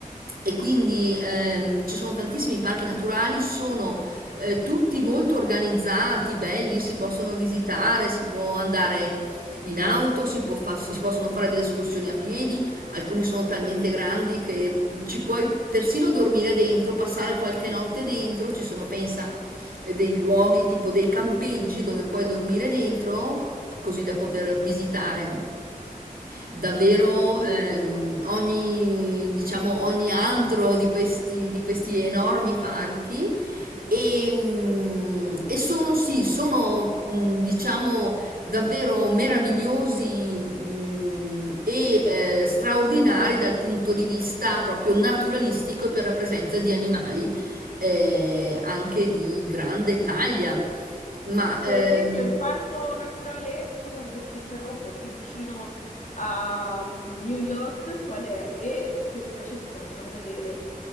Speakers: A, on the right (about 85°); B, on the left (about 60°).
A: E quindi ehm, ci sono tantissimi parchi naturali, sono eh, tutti molto organizzati, belli, si possono visitare, si può andare in auto, si può fa- si possono fare delle escursioni a piedi, alcuni sono talmente grandi che mm, ci puoi persino dormire dentro, passare qualche notte dentro, ci sono, pensa, eh, dei luoghi tipo dei campeggi dove puoi dormire dentro, così da poter visitare davvero
B: Bellissimo.
A: ehm, ogni, diciamo, ogni antro di questi, di questi enormi parchi. E, mm, e sono sì, sono mm, diciamo davvero meravigliosi mm, e eh, straordinari dal punto di vista proprio naturalistico e per la presenza di animali eh, anche di grande taglia. Ma ehm,
B: Per esempio, il parco naturale, eh, scusami se ti interrompo, più vicino a mm, New York, qual è? E che specie si possono vedere?